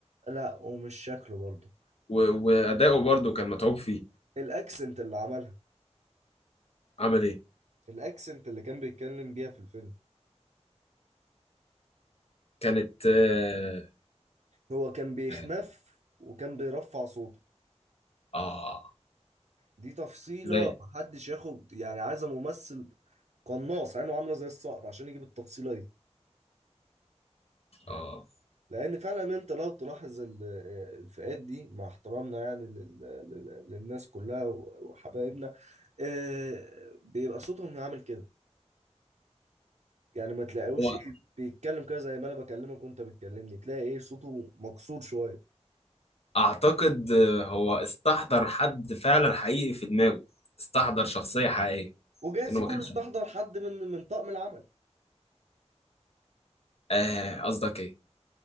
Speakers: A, on the right (about 80°); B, on the left (about 60°).
A: لا ومش شكله برضه
B: و... وأداؤه برضه كان متعوب فيه
A: الاكسنت اللي عملها
B: عمل إيه
A: الاكسنت اللي كان بيتكلم بيها في الفيلم
B: كانت آه
A: هو كان بيخنف
B: آه
A: وكان بيرفع صوته
B: آه،
A: دي تفصيلة
B: زي
A: محدش ياخد يعني عايز ممثل قناص عينه عاملة زي الصقر عشان يجيب التفصيلة دي
B: آه
A: لان فعلا انت لو تلاحظ ال- الفئات دي مع احترامنا يعني لل- لل- للناس كلها وحبايبنا آه، بيبقى صوتهم عامل كده يعني ما تلاقيوش
B: هو
A: ايه بيتكلم كده زي ما انا بكلمك وانت بتكلمني تلاقي ايه صوته مكسور شويه
B: اعتقد آه، هو استحضر حد فعلا حقيقي في دماغه استحضر شخصية حقيقية
A: وجايز
B: انه
A: يكون
B: ما كانش
A: استحضر حد من من طاقم العمل
B: آه قصدك ايه